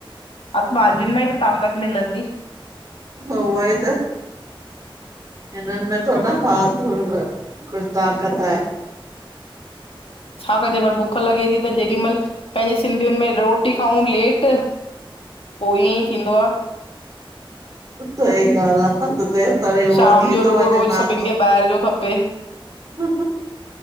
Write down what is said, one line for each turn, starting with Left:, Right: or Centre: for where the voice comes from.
Left: अभ भाजि़न में ई त ताकत मिलंदी।
Right: ह होई त हिननि में थोड्न फालतु कुझु ताकत आहे।
Left: शाम जो पर भूख लॻे थी त जेॾीमहिल पंहिंजे सिंधिययुनि में रोटी खाऊं लेट पोइ ईअं ई थींदो आहे।
Right: सही ॻाल्हि आहे त तेसि ताईं उहो
Left: शाम
Right: थी
Left: जो
Right: थो
Left: रुगो
Right: वञे
Left: रोज़
Right: नाशतो।
Left: सभिनि खे ॿाहिरि जो खपे।
Right: हू